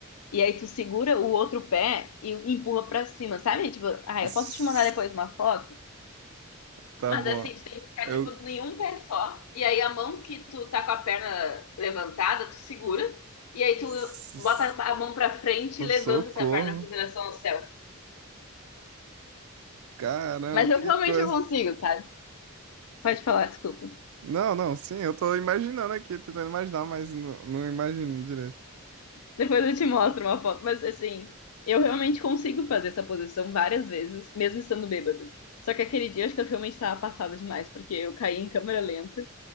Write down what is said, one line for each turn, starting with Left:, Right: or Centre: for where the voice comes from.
Left: E aí tu segura o outro pé e empurra pra cima, sabe? Tipo, ah,
Right: S-
Left: eu posso te mandar depois uma foto?
Right: Tá
Left: Mas
Right: bom.
Left: assim, tu tem que ficar,
Right: Eu.
Left: tipo, nenhum pé só. E aí a mão que tu tá com a perna levantada, tu segura. E aí
Right: s-
Left: tu bota a mão pra frente
Right: s-
Left: e levanta
Right: Socorro.
Left: essa perna em direção ao céu.
Right: Caramba,
Left: Mas eu
Right: que
Left: realmente
Right: coisa.
Left: não consigo, tá? Pode falar, desculpa.
Right: Não, não, sim, eu tô imaginando aqui, tentando imaginar, mas não, não imagino direito.
Left: Depois eu te mostro uma foto. Mas assim, eu realmente consigo fazer essa posição várias vezes, mesmo estando bêbado. Só que aquele dia acho que eu realmente tava passada demais, porque eu caí em câmera lenta.